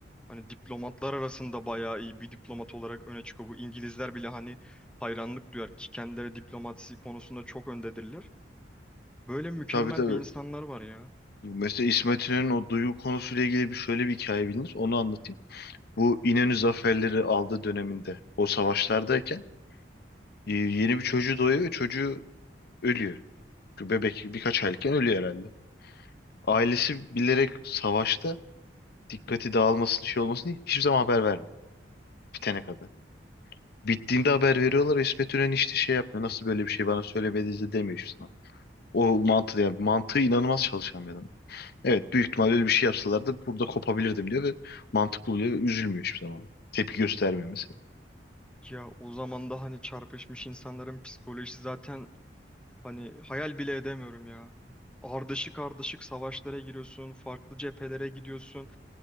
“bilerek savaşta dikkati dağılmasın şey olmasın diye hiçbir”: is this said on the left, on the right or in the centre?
Left